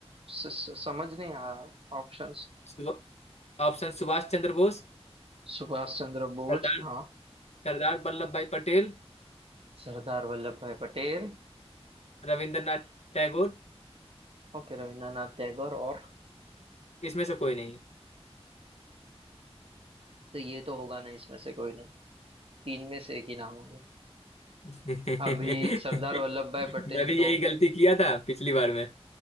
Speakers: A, on the right (about 60°); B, on the left (about 80°).
A: स, स, समझ नहीं आया ऑप्शंस
B: सुभ- ऑप्शन सुभाष चंद्र बोस
A: सुभाष चंद्र बोस
B: सरदार
A: हाँ
B: सरदार वल्लभ भाई पटेल
A: सरदार वल्लभ भाई पटेल
B: रविंद्रनाथ टैगोर
A: ओके रविंद्रनाथ टैगोर और
B: इसमें से कोई नहीं
A: तो ये तो होगा ना इसमें से कोई नहीं तीन में से एक ही नाम होंगे
B: <laughs> मैं
A: अभी सरदार वल्लभ भाई पटेल
B: भी
A: तो
B: यही गलती किया था पिछली बार में